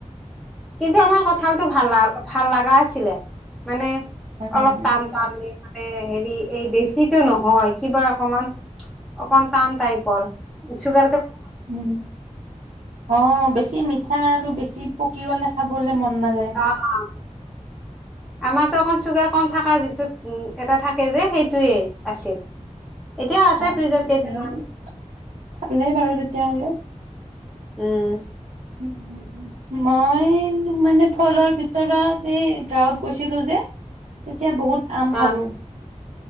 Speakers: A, in the centre; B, on the right.
A: কিন্তু আমাৰ কঁঠালতটো ভাল ভাল লাগা আছিলে মানে
B: হয়
A: অলপ
B: নেকি?
A: টান টান মানে হেৰি এই দেছিটো নহয় কিবা সমান অকণ টান তাইপৰ চুগাৰ
B: উম অ', বেছি মিঠা আৰু বেছি পকি গলে খাবলে মন নাযায়।
A: অ', অ'।
B: <inaudible>
A: আমাৰতো অকণ চুগাৰ কম থকা যিটো এটা থাকে যে সেইটোৱেই আছিল। এতিয়াও আছে
B: অ',
A: ফ্ৰিজত
B: তেতিয়াহলে
A: কেইটামান
B: ভালেই বাৰু তেতিয়াহলে।
A: উম।
B: <unintelligible> মই মানে ফলৰ ভিতৰত এই গাঁৱত গৈছিলো যে তেতিয়া বহুত আম
A: আহ
B: খালো।